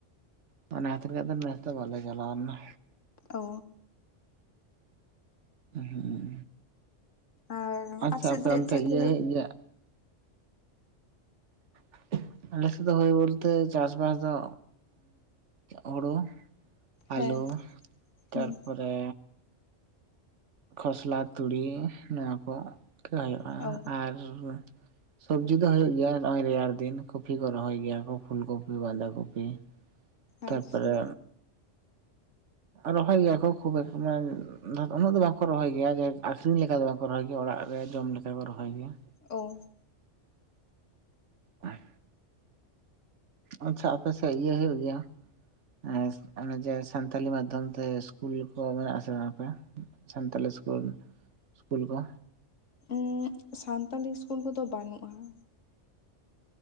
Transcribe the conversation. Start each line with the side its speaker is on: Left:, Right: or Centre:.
Right: ᱵᱟᱞᱮ ᱪᱟᱞᱟᱣ ᱞᱮᱱᱟ
Left: ᱚ ᱾
Right: ᱦᱩᱸ
Left: ᱟᱨ
Right: ᱟᱪᱪᱷᱟ
Left: ᱥᱮᱫ
Right: ᱟᱯᱮ
Left: ᱫᱚ
Right: ᱚᱱᱛᱮ
Left: ᱪᱮᱫ ᱠᱚ
Right: ᱤᱭᱟᱹ ᱦᱩᱭᱩᱜ ᱜᱮᱭᱟ? <inaudible> ᱟᱞᱮ ᱥᱮᱫ ᱫᱚ ᱦᱩᱭ ᱵᱚᱞᱛᱮ ᱪᱟᱥᱵᱟᱥ ᱫᱚ ᱦᱳᱲᱳ ᱾
Left: ᱦᱮᱸ
Right: ᱟᱹᱞᱩ ᱛᱟᱨᱯᱚᱨᱮ
Left: ᱦᱩᱸ
Right: ᱠᱷᱚᱥᱞᱟ ᱛᱩᱲᱤ ᱱᱚᱣᱟ ᱠᱚ ᱜᱮ ᱦᱳᱭᱳᱜᱼᱟ ᱾
Left: ᱚ ᱾
Right: ᱟᱨ ᱥᱚᱵᱡᱤ ᱫᱚ ᱦᱩᱭᱩᱜ ᱜᱮᱭᱟ ᱱᱚᱜᱚᱭ ᱨᱮᱭᱟᱲ ᱫᱤᱱ ᱠᱚᱯᱤ ᱠᱚ ᱨᱚᱦᱚᱭ ᱜᱮᱭᱟ ᱠᱚ ᱯᱷᱩᱞ ᱠᱚᱯᱤ ᱵᱟᱸᱫᱷᱟ ᱠᱚᱯᱤ ᱾ ᱛᱟᱨᱯᱚᱨᱮ
Left: ᱟᱪᱪᱷᱟ
Right: ᱨᱚᱦᱚᱭ ᱜᱮᱭᱟ ᱠᱚ ᱠᱷᱩᱵ ᱮ ᱢᱮᱱ ᱩᱱᱟᱹᱜ ᱫᱚ ᱵᱟᱝᱠᱚ ᱨᱚᱦᱚᱭ ᱜᱮᱭᱟ ᱡᱮ ᱟᱠᱷᱨᱤᱧ ᱞᱮᱠᱟ ᱫᱚ ᱵᱟᱠᱚ ᱨᱚᱦᱚᱭ ᱜᱮᱭᱟ ᱚᱲᱟᱜ ᱨᱮ ᱡᱚᱢ ᱞᱮᱠᱟ ᱠᱚ ᱨᱚᱦᱚᱭ ᱜᱮᱭᱟ ᱾
Left: ᱚ ᱾
Right: ᱮᱸ ᱟᱪᱪᱷᱟ ᱟᱯᱮ ᱥᱮᱛ ᱜᱮ ᱦᱩᱭᱩᱜ ᱜᱮᱭᱟ? ᱮ ᱚᱱᱮ ᱡᱮ ᱥᱟᱱᱛᱟᱞᱤ ᱢᱟᱫᱽᱫᱷᱚᱢ ᱛᱮ ᱥᱠᱩᱞ ᱠᱚ ᱢᱮᱱᱟᱜ ᱟᱥᱮ ᱵᱟᱝ <unintelligible> ᱥᱟᱱᱛᱟᱞᱤ ᱥᱠᱩᱞ ᱥᱠᱩᱞ ᱠᱚ
Left: ᱩᱸ ᱥᱟᱱᱛᱟᱞᱤ ᱤᱥᱠᱩᱞ ᱠᱚᱫᱚ ᱵᱟᱹᱱᱩᱜᱼᱟ ᱾